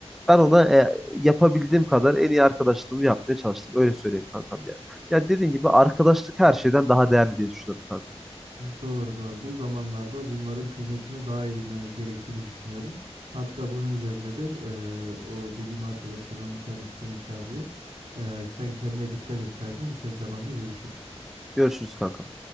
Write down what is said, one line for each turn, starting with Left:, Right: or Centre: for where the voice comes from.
Centre: ben ona e, yapabildiğim kadar en iyi arkadaşlığımı yapmaya çalıştım. Öyle söyleyeyim kankam yani. Ya dediğin gibi arkadaşlık her şeyden daha değerli diye düşünüyorum kankam. Yani.
Right: Doğru doğru. Bu zamanlarda bunların kıymetini daha iyi bilmemiz gerektiğini düşünüyorum. Hatta bunun üzerine de e, o dediğim arkadaşlarımdan bir tanesi beni çağırıyor. E, sen kendine dikkat et kanka. Müsait zamanda görüşürüz.
Centre: Görüşürüz kankam.